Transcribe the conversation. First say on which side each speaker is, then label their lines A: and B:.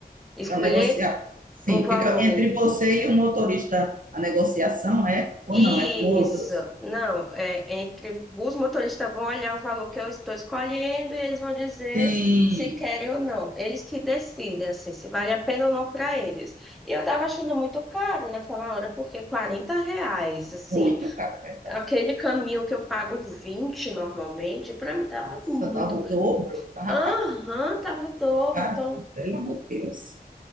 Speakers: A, in the centre; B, on the right (about 55°).
A: escolher
B: Para negociar. Sim,
A: um valor.
B: fica entre você e o motorista a negociação, é? Ou
A: Isso,
B: não, é com outros?
A: não, é entre os motoristas vão olhar o valor que eu estou escolhendo e eles vão dizer
B: Sim,
A: se querem ou não. Eles que decidem assim, se vale a pena ou não para eles. E eu estava achando muito caro naquela hora, porque 40 reais, assim,
B: muito caro, é verdade.
A: Aquele caminho que eu pago 20 normalmente, para mim tava
B: Nossa,
A: muito
B: dava o
A: caro.
B: dobro, tava
A: Aham, tava o dobro.
B: caro,
A: Então,
B: pelo amor de Deus.